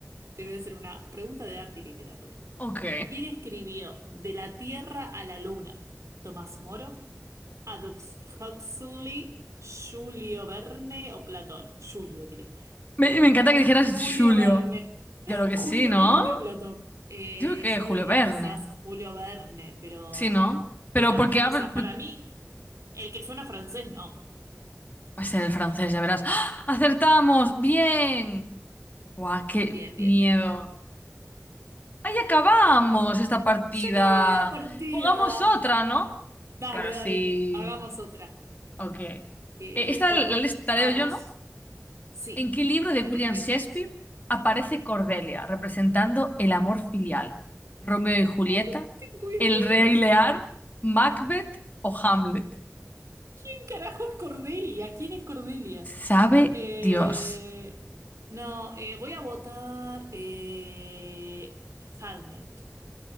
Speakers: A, on the right; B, on the left.
A: Te voy a hacer una pregunta de arte y literatura.
B: Ok.
A: ¿Quién escribió De la Tierra a la Luna? ¿Tomás Moro? ¿Adux Huxley? ¿Julio Verne o Platón? Julio, tiré.
B: Me, me encanta que dijeras
A: Julio
B: Julio.
A: Verne.
B: Yo
A: <laughs>
B: creo que
A: Julio
B: sí, ¿no?
A: Verne o Platón. Eh,
B: Yo creo que
A: yo
B: Julio
A: diría
B: Verne.
A: quizás Julio Verne, pero
B: Sí, ¿no? Pero
A: solo,
B: porque hablo...
A: o sea,
B: por-
A: para mí, el que suena francés, no.
B: Va a ser el francés, ya verás. ¡Ah! ¡Acertamos! ¡Bien! Buah, qué
A: Bien,
B: miedo.
A: bien, bien.
B: Ahí acabamos esta partida.
A: ¡Ya acabó la partida!
B: Jugamos otra, ¿no?
A: Dale,
B: Claro, sí.
A: dale, hagamos otra.
B: Ok. Eh,
A: Eh,
B: Esta
A: bueno,
B: la, les- la
A: a
B: leo yo,
A: vos.
B: ¿no?
A: Sí,
B: ¿En qué libro de
A: me
B: William
A: tenés que
B: Shakespeare
A: decir vos.
B: aparece Cordelia representando el amor filial? ¿Romeo y Julieta?
A: Ay, no tengo idea.
B: ¿El Rey Lear? ¿Macbeth o Hamlet?
A: ¿Quién carajo es Cordelia? ¿Quién es Cordelia?
B: Sabe
A: Eh,
B: Dios.
A: no, eh, voy a votar eh, Hamlet,